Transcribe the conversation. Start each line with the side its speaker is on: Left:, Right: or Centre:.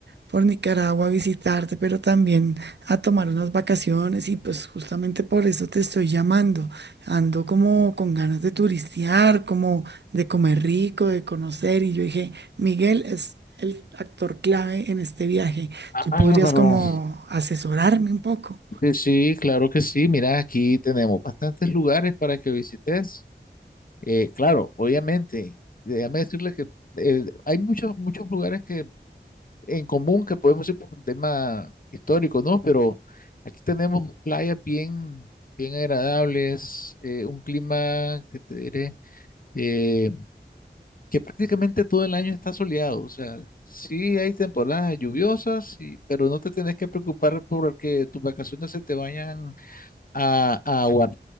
Right: por Nicaragua a visitarte, pero también a tomar unas vacaciones y pues justamente por eso te estoy llamando. Ando como con ganas de turistear, como de comer rico, de conocer y yo dije, Miguel es el actor clave en este viaje.
Left: Ah,
Right: Tú
Left: Bárbaro.
Right: podrías como asesorarme un poco.
Left: Sí, sí, claro que sí. Mira, aquí tenemos bastantes lugares para que visites. Eh, claro, obviamente, déjame decirle que eh, hay muchos, muchos lugares que en común que podemos ir por un tema histórico, ¿no? Pero aquí tenemos playas bien, bien agradables, eh, un clima que te diré, eh, que prácticamente todo el año está soleado, o sea, sí hay temporadas lluviosas, y- pero no te tenés que preocupar por que tus vacaciones se te vayan a, a aguar,